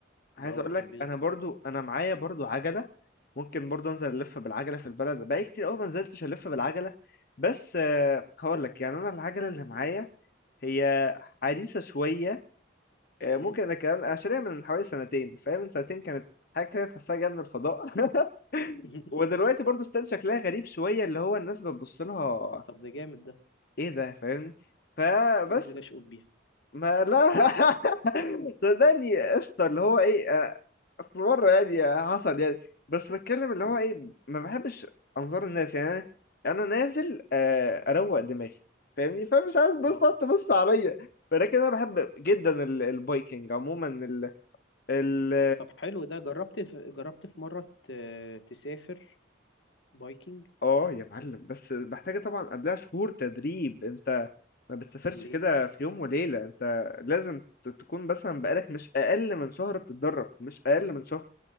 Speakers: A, on the left; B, on the left.
A: عايز
B: دوت
A: اقول لك
B: يعني بيظبط
A: انا برضو
B: الجسم
A: انا معايا برضو عجله ممكن برضو انزل الف بالعجله في البلد بقالي كتير قوي ما نزلتش الف بالعجله بس آه، هقول لك يعني انا العجله اللي معايا
B: مم.
A: هي حديثه شويه آه،
B: مم.
A: ممكن انا كان انا شاريها من حوالي سنتين فاهم من سنتين كانت حاجه كده تحسها جايه من الفضاء <laughs>
B: <laughs>
A: ودلوقتي برضو ستيل شكلها غريب شويه اللي هو الناس بتبص لها
B: طب ده جامد ده
A: ايه ده فاهمني فبس
B: انزل اشقط بيها
A: ما لا <laughs> صدقني قشطه اللي هو ايه آه، في مرة يعني حصل يعني بس بتكلم اللي
B: <laughs>
A: هو ايه ما بحبش انظار الناس يعني انا انا نازل آه، اروق دماغي فاهمني فمش عايز الناس
B: اه
A: تقعد تبص عليا ولكن انا بحب جدا ال- البايكنج عموما ال ال
B: طب حلو ده جربت في... جربت في مرة ت... تسافر بايكنج
A: اه يا معلم بس محتاجة طبعا قبلها شهور تدريب انت ما بتسافرش
B: ليه
A: كده في يوم وليلة انت لازم ت- تكون مثلا بقالك مش اقل من شهر بتتدرب مش اقل من شهر